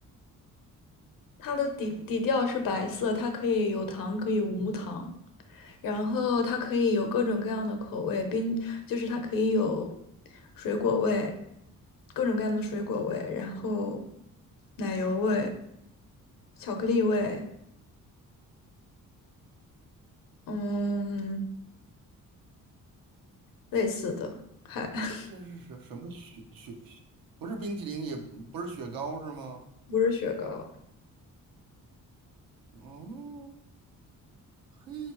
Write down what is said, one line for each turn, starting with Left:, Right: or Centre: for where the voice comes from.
Left: 它的底底调是白色，它可以有糖，可以无糖，然后它可以有各种各样的口味，冰就是它可以有水果味，各种各样的水果味，然后奶油味。巧克力味，嗯，类似的，还 <laughs>
Right: 这是什什么雪雪？不是冰淇淋，也不是雪糕，是吗？
Left: 不是雪糕，
Right: 哦，嘿，